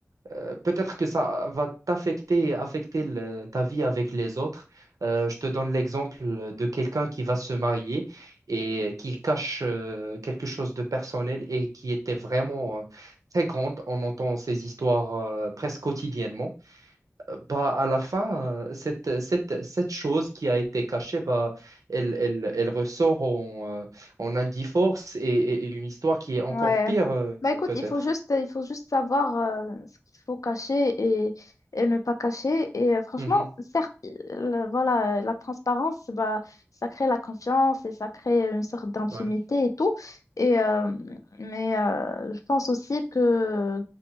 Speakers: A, on the right (about 85°); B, on the left (about 75°).
A: euh, peut-être que ça va t'affecter, et affecter le- ta vie avec les autres. Euh, je te donne l'exemple de quelqu'un qui va se marier et qui cache euh, quelque chose de personnel et qui était vraiment euh, très grande. On entend ces histoires euh, presque quotidiennement. Bah, à la fin, euh, cette, cette, cette chose qui a été cachée, bah, elle, elle, elle ressort en, euh, en Indiforce et, et- et une histoire qui est encore
B: Ouais.
A: pire, euh,
B: Bah écoute,
A: peut-être.
B: il faut juste, il faut juste savoir euh, ce qu'il faut cacher et, et ne pas cacher. Et euh, franchement,
A: Mhm,
B: certes, il- le- voilà, euh, la transparence, bah, ça crée la confiance et ça crée une sorte d'intimité
A: Ouais.
B: et tout. Et, euh, mais euh, je pense aussi que